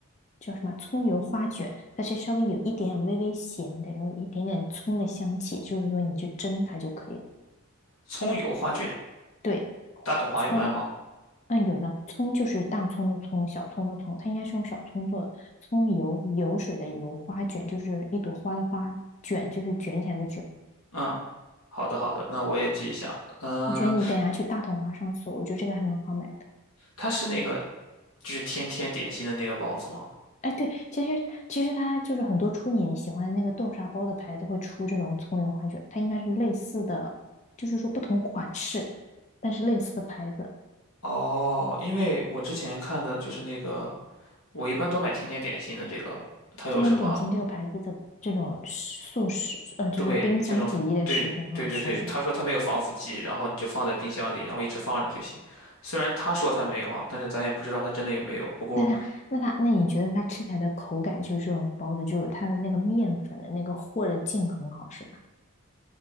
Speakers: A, on the left; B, on the left.
A: 叫什么葱油花卷，它是稍微有一点微微咸的，然后有一点点葱的香气，就是说你去蒸它就可以了。
B: 葱油花卷，
A: 对，
B: 大董华有卖吗？
A: 葱，嗯，有的葱就是大葱的葱，小葱的葱，它应该是用小葱做的。葱油油水的油，花卷就是一朵花的花，卷就是卷起来的卷。
B: 嗯，好的好的，那我也记一下。嗯，
A: 我觉得你等一下去大统华上搜，我觉得这个还蛮好买的。
B: 它是那个。就是天天点心的那个包子吗？
A: 哎，对，其实其实它就是很多出你喜欢的那个豆沙包的牌子会出这种葱油花卷，它应该是类似的，就是说不同款式，但是类似的牌子。
B: 哦，因为我之前看的就是那个，我一般都买天天点心的这个，它有什么
A: 天天点心这个牌子的这种食素食，呃，就是冰箱主义的食品很好吃，
B: 对这种对对对对，
A: 是吧？
B: 他说他没有防腐剂，然后你就放在冰箱里，然后一直放着就行。虽然他说他没有啊，但是咱也不知道他真的有没有。不过
A: 那它那它那你觉得它吃起来的口感就是这种包子，就是它的那个面粉的那个和的劲很好，是吧？